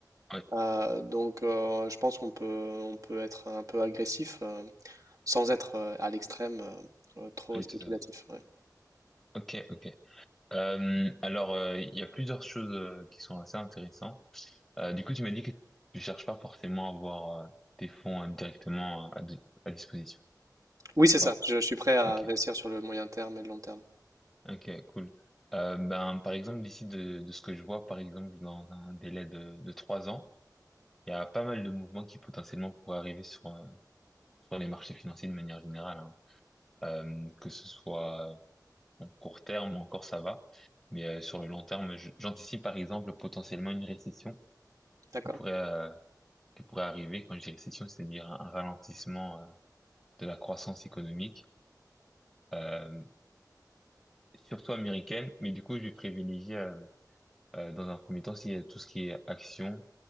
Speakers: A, in the centre; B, on the right.
A: ouais,
B: Euh, donc euh, je pense qu'on peut, on peut être un peu agressif euh, sans être euh, à l'extrême euh, euh, trop
A: oui,
B: spéculatif.
A: tout à fait.
B: ouais.
A: Ok, ok. Euh, alors, euh, il y a plusieurs choses euh, qui sont assez intéressantes. Euh, du coup, tu m'as dit que tu cherches pas forcément à avoir euh, tes fonds euh, directement hein, à, di- à disposition.
B: Oui, c'est ça.
A: Bon,
B: Je, je suis prêt à
A: ok,
B: investir sur le moyen terme et le long terme.
A: ok, cool. Euh, ben, par exemple, d'ici de, de ce que je vois, par exemple, dans un délai de, de trois ans, il y a pas mal de mouvements qui potentiellement pourraient arriver sur, euh, sur les marchés financiers de manière générale, hein. Euh, que ce soit en court terme, encore ça va, mais euh, sur le long terme, je- j'anticipe par exemple potentiellement une récession
B: D'accord,
A: qui pourrait, euh, qui pourrait arriver. Quand je dis récession, c'est-à-dire un un ralentissement euh, de la croissance économique, euh, surtout américaine. Mais du coup, je vais privilégier euh, euh, dans un premier temps si, tout ce qui est action